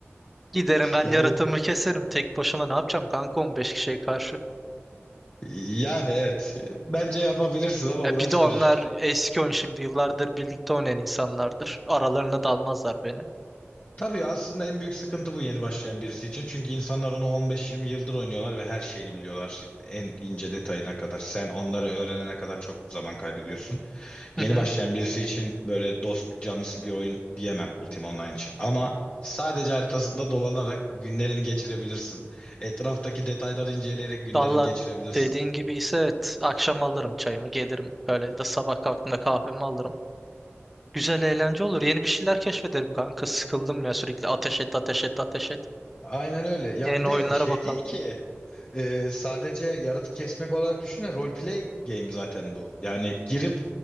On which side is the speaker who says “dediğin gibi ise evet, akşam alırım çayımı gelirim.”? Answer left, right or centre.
Centre